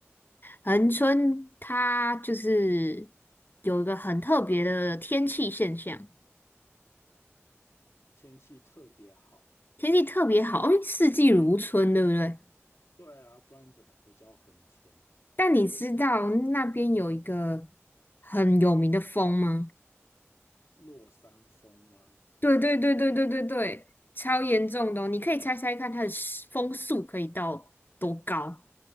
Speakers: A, on the left (about 45°); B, on the left (about 75°).
A: 恒春它就是有一个很特别的天气现象，
B: 天气特别好，
A: 天气特别好，因为四季如春，对不对？
B: 对啊，不然怎么会叫恒春？
A: 但你知道那边有一个很有名的风吗？
B: 落山风吗？
A: 对对对对对对对，超严重的哦你可以猜猜看它的时风速可以到多高？